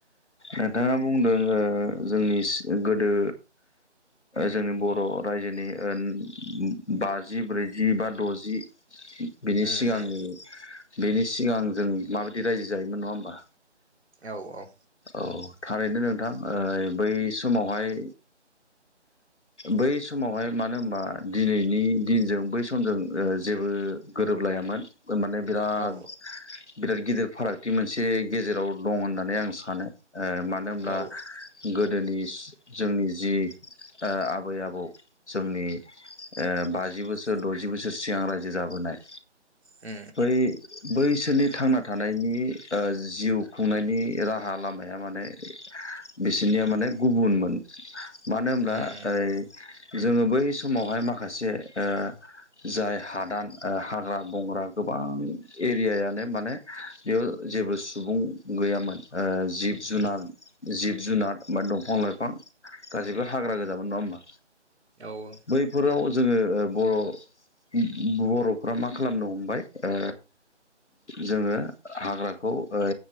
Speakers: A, on the left; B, on the right.
A: नोंथाङा बुंदों ओ जोंनि गोदो जोंनि बर' रायजोनि ओ बाजि ब्रैजि बा द'जि बेनि
B: उम
A: सिगां
B: उम
A: बेनि सिगां जों माबायदि रायजो जायोमोन नङा होमबा
B: औ औ
A: औ थारैनो नोंथां ओ बै समावहाय बै समावहाय मानो होनबा दिनैनि दिनजों बै समजों ओ जेबो गोरोबलायामोन माने बिराद
B: औ
A: बिराद गिदिर फारागथि मोनसे गेजेराव दं होननानै आं सानो ओ मानो होनब्ला
B: औ
A: गोदोनि जोंनि जि ओ आबै आबौ जोंनि ओ बाजि बोसोर द'जि बोसोर सिगां रायजो जाबोनाय
B: उम
A: बै बैसोरनि थांना थानायनि ओ जिउ खुंनायनि राहा लामाया माने बिसोरनिया माने गुबुनमोन मानो होनब्ला
B: उम
A: ओइ जोङो बै समावहाय माखासे ओ जाय हादान हाग्रा बंग्रा गोबां एरियायानो माने बेयाव जेबो सुबुं गैयामोन ओ जिब
B: उम
A: जुनार जिब जुनार ब दंफां लाइफां गाैबो हाग्रा गो नङा हा
B: औ उम औ
A: बैफोराव जोङो बर' बर'फ्रा मा खालामनो हमबाय ओ जोङो हाग्राखौ ओ